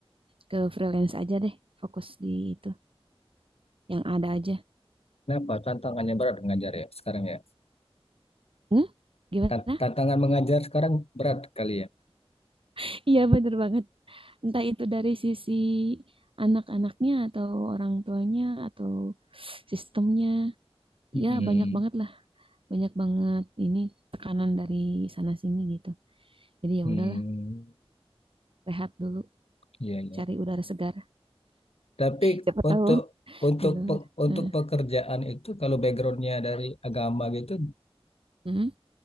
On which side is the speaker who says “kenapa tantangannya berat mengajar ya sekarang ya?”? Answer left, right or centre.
Left